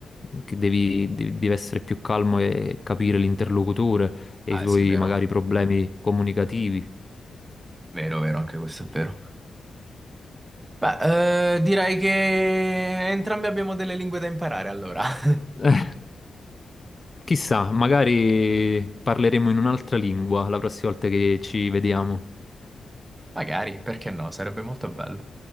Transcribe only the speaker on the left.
che devi, devi- devi essere più calmo e capire l'interlocutore e
i suoi
magari problemi comunicativi.
<laughs> Eh, Chissà, magari parleremo in un'altra lingua la prossima volta che ci vediamo.